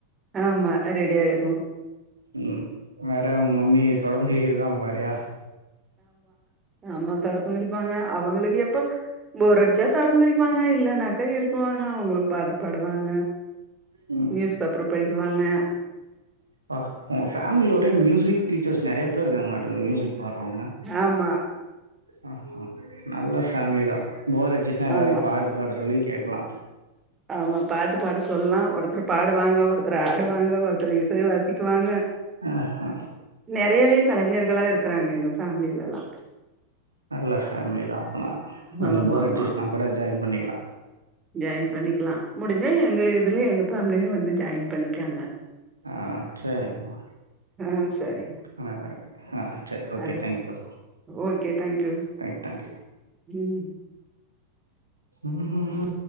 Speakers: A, on the right; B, on the right.
A: ஆமா ரெடி ஆயிறுனு
B: ம் வேற உங்க மம்மி தொடம்பு கிளிக்குறதா அவங்க வேலையா
A: அமா தடுப்பு கிளிப்பாங்க அவங்களுக்கு எப் பு போர் அடிச்சா தடுப்பு மடிப்பாங்க இல்லனாக்கா இருக்குவாங் அவங்களு ரொம்ப பாடு படுவாங்க
B: ம்
A: நியூஸ் பேப்பர் படிக்குவாங்க ஞ
B: பா உங்க ஃபேமிலில ஒரே மியூசிக் டீச்சஸ் நெறய பேர் இருக்காங்களாட்ட இருக்குது மியூசிக் பாடுறவங்க
A: ஆமா
B: அ நல்ல ஃபேமிலிதா போர் அடிச்சுச்சுனா எல்லாரையு
A: ஆமா
B: பாட்டு பாட சொல்லி கேக்கலா
A: ஆமா பாட்டு பாட சொல்லா ஒருத்தரு பாடுவாங்க ஒருத்தரு ஆடுவாங்க ஒருத்தரு இசை வாசிக்குவாங்க
B: ஆஆ
A: நெறையவே கலைஞர்களா இருக்குறாங்க எங்க ஃபேமிலில எல்லா
B: நல்ல ஃபேமிலிதா அப்பன்னா கொஞ்ச
A: ஆமா
B: போர் அடிச்சுச்சுன்னா
A: ஆமா
B: கூட ஜாயின் பண்ணிக்கலா
A: ஜாயின் பண்ணி க்கலா முடிஞ்சா எங்க இதுலியே எங்க ஃபேமிலில வந்து ஜாயின் பண்ணிக்கோங்க
B: ஆ சேரிங்மா
A: ஆ சரிங்க
B: நல்லா இருக்கே ஆ சரி okay
A: ஆ
B: thank you
A: okay thank you
B: thank thank you
A: ம்
B: ம் ஹூ ஹூம்